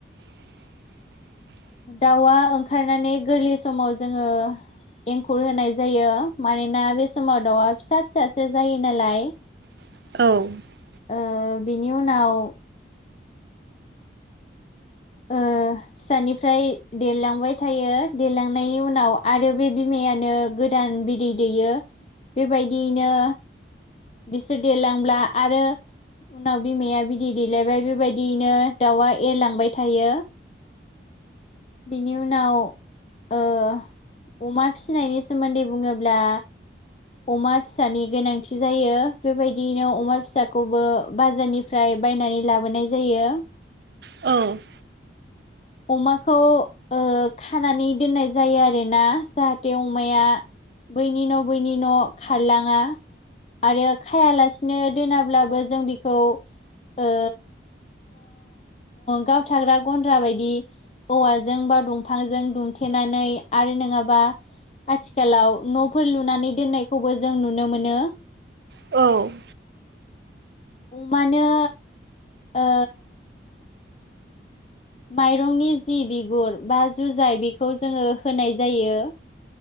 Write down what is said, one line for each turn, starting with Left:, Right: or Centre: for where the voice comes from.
Right: <inaudible>
Left: दाउआ ओंखारनानै गोरलै समाव जोङो एंखुर होनाय जायो मानोना बे समाव दाउआ फिसा फिसासो जायो नालाय
Right: औ ।
Left: ओ बिनि उनाव ओ फिसानिफ्राय देरलांबाय थायो देरलांनायनि उनाव आरो बे बिमाया नो गोदान बिदै दैयो बेबायदियैनो बिसोर देरलांब्ला आरो उनाव बिमाया बिदै दैेलायबाय बेबायदियैनो दाउआ एरलांबाय थायो बेनि उनाव ओ अमा फिनायनि सोमोन्दै बुङोब्ला अमा फिसानि गोनांथि जायो बेबायदिनो अमा फिसाखौबो बाजारनिफ्राय बायनानै लाबोनाय जायो ।
Right: औ ।
Left: अमाखौ ओ खानानै दोननाय जायो आरोोना जाहाथे अमाया बैनि न' बैनि न' खारलाङा आरो खायालासिनो दोनाब्लाबो जों बेखौ ओ गावथाग्रा गन्द्रा बायदि औवाजों बा दंफांजों दुमथेनानै आरो नङाबा आथिखालाव न'फोर लुनानै दोननायखौबो जों नुनो मोनो
Right: औ ।
Left: अमानो ओ माइरंनि जि बिगुर बा जुजाय बेखौ जोङो होनाय जायो ।